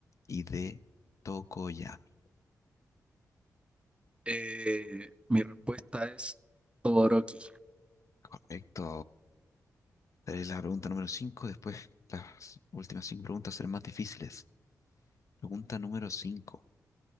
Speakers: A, on the left (about 50°); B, on the right (about 15°).
A: Y D. Tokoyami.
B: Eh, mi respuesta es Todoroki.
A: Correcto. Daré la pregunta número 5, después las últimas cinco preguntas serán más difíciles. Pregunta número 5.